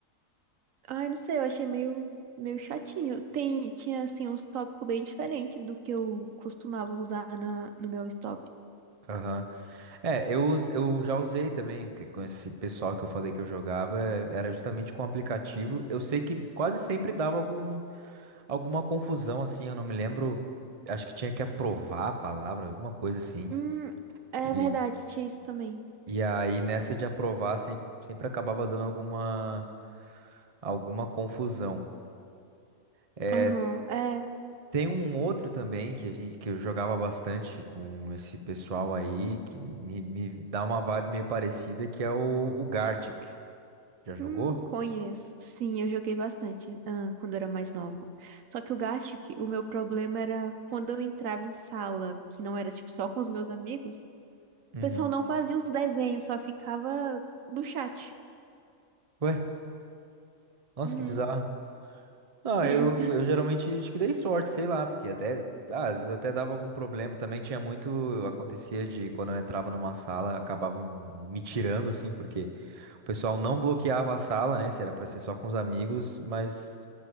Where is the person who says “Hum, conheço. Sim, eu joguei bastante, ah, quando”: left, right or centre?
Right